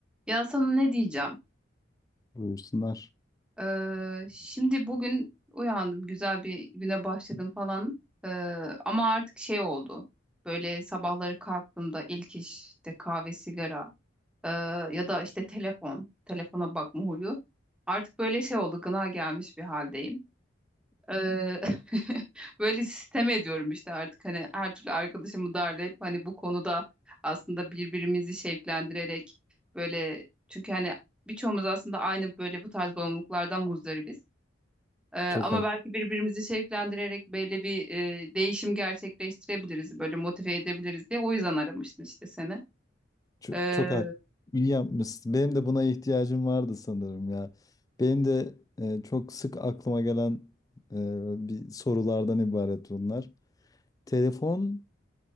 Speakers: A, in the centre; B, on the left.
A: Ya sana ne diyeceğim?
B: Buyursunlar.
A: Ee, şimdi bugün uyandım, güzel bir güne başladım falan. Ee, ama artık şey oldu. Böyle sabahları kalktığımda ilk iş işte kahve, sigara ee, ya da işte telefon, telefona bakma huyu. Artık böyle şey oldu, gına gelmiş bir haldeyim. Eee, <laughs> böyle sistem ediyorum işte artık hani her türlü arkadaşımı darlayıp hani bu konuda aslında birbirimizi şevklendirerek böyle çünkü hani birçoğumuz aslında aynı böyle bu tarz bağımlılıklardan muzdaribiz. Eee,
B: Çok
A: ama
B: hak,
A: belki birbirimizi şevklendirerek böyle bir eee, değişim gerçekleştirebiliriz, böyle motive edebiliriz diye o yüzden aramıştım işte seni.
B: çok,
A: Eee,
B: çok hak. İyi yapmışsın. Benim de buna ihtiyacım vardı sanırım ya. Benim de e, çok sık aklıma gelen e, bir sorulardan ibaret bunlar. Telefon